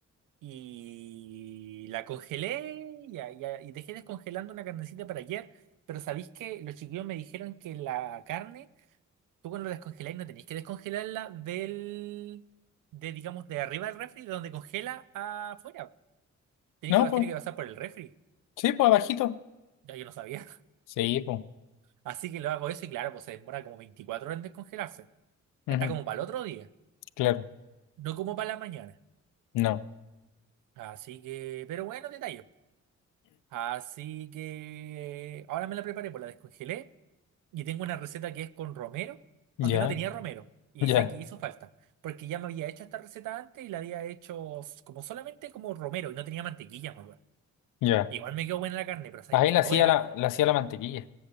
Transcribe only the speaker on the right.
Y la congelé y, a- y a- y dejé descongelando una carnecita para ayer. Pero sabéis que los chiquillos me dijeron que la carne, tú cuando la descongeláis no tenéis que descongelarla del, de, digamos, de arriba del refri, de donde congela afuera. Tenéis
que,
tiene que pasar por el refri.
Ya yo no sabía. <laughs>
Así que lo hago eso y claro, pues se demora como 24 horas en descongelarse.
Está como para el otro día,
no como para la mañana.
Así que, pero bueno, detalle. Así que eh, ahora me la preparé, pues la descongelé y tengo una receta que es con romero,
aunque no tenía romero. Y
sé que hizo falta, porque ya me había hecho esta receta antes y la había hecho s- como solamente como romero y no tenía mantequilla, me acuerdo.
Igual me quedó buena la carne, pero sabéis
que
ahora